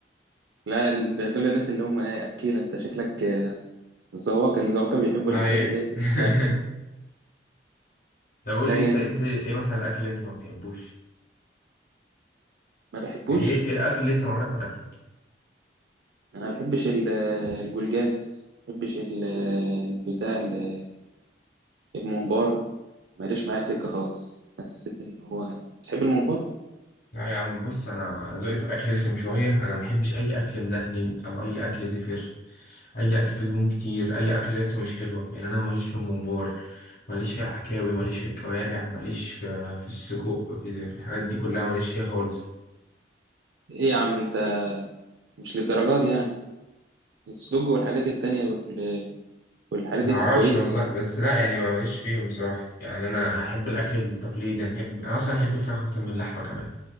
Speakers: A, on the right; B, on the left.
A: لا ده دول الناس اللي هم إيه أكيلة أنت شكلك بس هو كان هو كان بيحب الحاجات
B: أيوة
A: اللي
B: <laughs>
A: هي
B: طب قول
A: لا
B: لي
A: جامد
B: أنت أنت إيه مثلا الأكل اللي أنت ما بتحبوش
A: ما بحبوش
B: يعني إيه إيه الأكل اللي أنت عمرك ما تاكله
A: انا ما بحبش ال- الجولجاس ما بحبش ال- البتاع ال- الممبار ما جاش معايا سكه خالص حسيت ان هو بتحب الممبار
B: لا يا عم بص انا ذوقي في الاكل رخم شويه انا ما بحبش اي اكل مدهن او اي اكل زفر اي اكل فيه دهون كتير اي اكل ريحته مش حلوه يعني انا ماليش في الممبار ماليش في العكاوي ماليش في الكوارع ماليش في في السجق في في الحاجات دي كلها ماليش فيها خالص
A: ايه يا عم انت مش للدرجه دي يعني السدوج والحاجات التانية وال- والحاجات
B: ما
A: دي
B: اعرفش
A: كويسه
B: والله
A: يعني.
B: بس لا يعني ما ماليش فيهم بصراحه يعني انا احب الاكل التقليدي انا احب انا اصلا احب الفراخ اكتر من اللحمه كمان